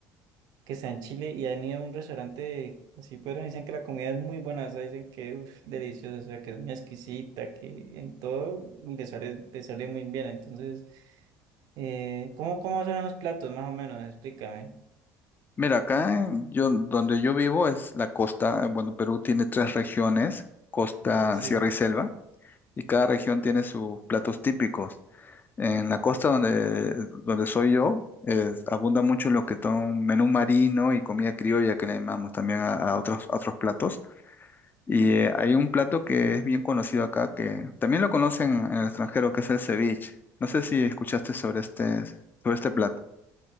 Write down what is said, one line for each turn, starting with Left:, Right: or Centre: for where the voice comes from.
Right: que está en Chile y han ido a un restaurante así, pero dicen que la comida es muy buena, o sea, dicen que uf, deliciosa, o sea, que es muy exquisita, que en todo le sale, le sale muy bien. Entonces, eh, ¿cómo, cómo son los platos, más o menos? Explícame.
Left: Mira, acá en- yo, donde yo vivo es la costa. eh, Bueno, Perú tiene tres regiones, costa,
Right: Sí.
Left: sierra y selva, y cada región tiene sus platos típicos. En la costa donde, donde soy yo, eh, abunda mucho lo que son menú marino y comida criolla que le llamamos también a, a otros, a otros platos. Y eh, hay un plato que es bien conocido acá, que también lo conocen en el extranjero, que es el ceviche. No sé si escuchaste sobre este, sobre este plato.